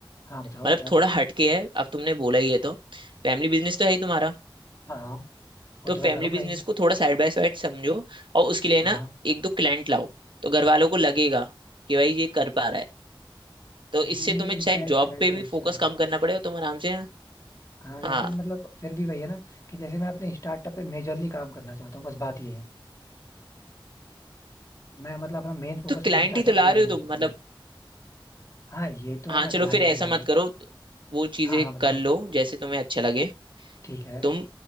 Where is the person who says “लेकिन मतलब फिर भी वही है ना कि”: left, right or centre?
Left